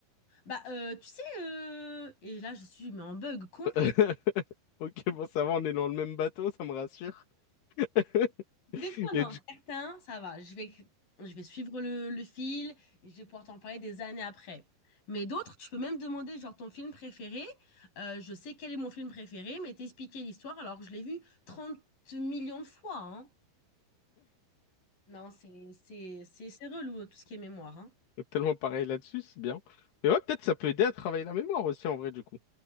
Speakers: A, on the left; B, on the left.
A: Bah, euh, tu sais, euh, et là, je suis mais en bug complet.
B: <laughs> Ok, bon ça va, on est dans le même bateau, ça me rassure. <laughs>
A: Des fois, non,
B: Et du
A: certains, ça va. Je vais, je vais suivre le, le fil et je vais pouvoir t'en parler des années après. Mais d'autres, tu peux même demander, genre, ton film préféré. Euh, je sais quel est mon film préféré, mais t'expliquer l'histoire alors que je l'ai vu trente millions de fois, hein. Non, c'est, c'est, c'est, c'est relou, tout ce qui est mémoire, hein.
B: tellement pareil là-dessus, c'est bien. Mais ouais, peut-être ça peut aider à travailler la mémoire aussi en vrai du coup.